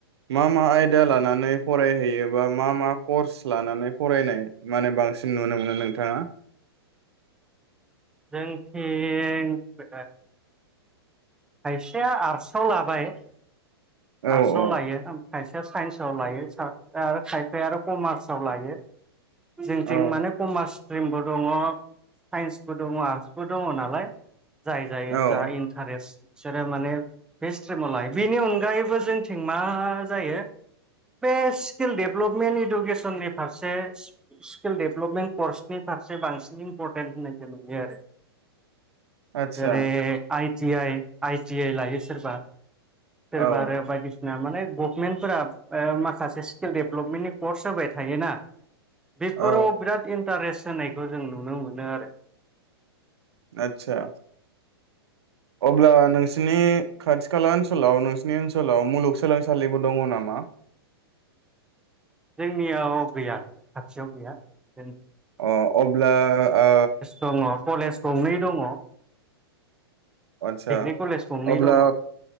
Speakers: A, on the right; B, in the centre.
A: मा मा आयदा लानानै फरायहैयो बा मा मा कर्स लानानै फरायनाय माने बांसिन नुनो मोनो नोंथाङा
B: जोंथिं ओ खायसेया आर्सआव लाबाय
A: औ
B: आरसआव
A: औ
B: लायो खायसेया साइन्सआव लायो सा आरो खायफाया आरो कमार्सआव लायो जोंथिं
A: औ
B: माने कमार्स स्ट्रिमबो दङ साइन्स बो दङ आर्टसबो दङ नालाय जाय जाय
A: औ
B: जा इन्टारेस्ट बिसोरो माने बे स्ट्रिमाव लायो बेनि अनगायैबो जोंथिं मा जायो बे स्किल डेभेलपमेन्ट इडुकेसननि फारसे स्किल डेभेलपमेन्ट कर्सनि फारसे बांसिन इम्परटेन्ट होनाय जों नुयो आरो
A: आदसा
B: जेरै I T I I T I लायो सोरबा सोरबा
A: औ
B: आरो बायदि सि ना माने गभमेन्टफोरा ओ माखासे स्किल डेभेलपमेन्टनि कर्स होबाय थायोना बेफोराव
A: औ
B: बिराद इन इन्टारेस्ट होनायखौ जों नुनो मोनो आरो
A: आतसा अब्ला नोंसिनि खाथि खाला ओनसोलाव नोंसिनि ओनसोलाव मुलुगसोलोंसालिबो दङ नामा
B: जोंनियाव गैया खाथियाव गैया जों
A: अ अब्ला ओ
B: दङ कलेज गंनै दङ।
A: आदसा
B: डिग्रि कलेज गंनै
A: अब्ला
B: दङ